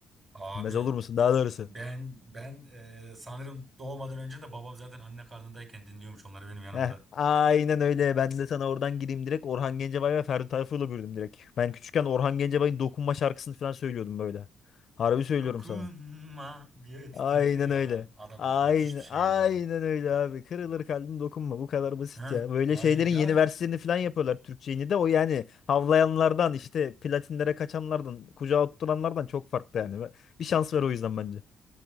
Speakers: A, on the right; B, on the left.
A: Abi
B: Bilmez olur musun daha doğrusu.
A: ben ben e, sanırım doğmadan önce de babam zaten anne karnındayken dinliyormuş onları benim yanımda.
B: Heh, aynen öyle. Ben de sana oradan gireyim direkt. Orhan Gencebay ve Ferdi Tayfur'la büyüdüm direkt. Ben küçükken Orhan Gencebay'ın Dokunma şarkısını falan söylüyordum böyle. Harbi söylüyorum
A: Dokunma
B: sana.
A: diye titretiyor
B: Aynen
A: ya.
B: öyle.
A: Adam
B: Aynen,
A: müthiş bir şey
B: aynen
A: ya.
B: öyle abi. Kırılır kalbim dokunma. Bu kadar basit
A: Heh,
B: ya. Böyle
A: aynen.
B: şeylerin
A: Ya
B: yeni versiyonunu falan yapıyorlar Türkçe'yi de. O yani havlayanlardan işte platinlere kaçanlardan, kucağa oturanlardan çok farklı yani. Bir şans ver o yüzden bence.